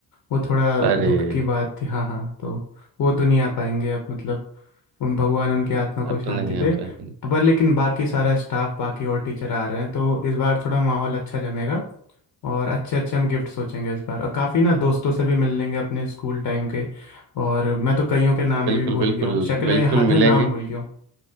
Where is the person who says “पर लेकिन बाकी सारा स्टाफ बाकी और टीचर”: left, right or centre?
Left